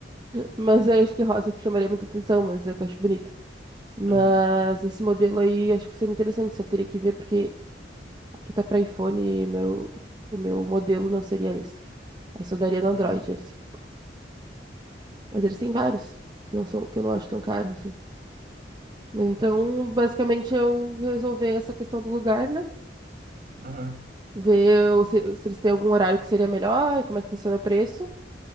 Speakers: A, on the right; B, on the right.
A: <laughs> mas eu acho que rosa chamaria muita atenção, mas é que eu acho bonito. Mas
B: Aham,
A: esse modelo aí, acho que seria interessante, só teria que ver, porque que tá pra iPhone, meu, o meu modelo não seria esse. Aí só daria no
B: aham,
A: Android esse. Mas eles têm vários. Não são, que eu não acho tão caro assim. Mas Então, basicamente, eu resolver essa questão do lugar, né?
B: aham.
A: Ver o- se, se eles têm algum horário que seria melhor, como é que funciona o preço.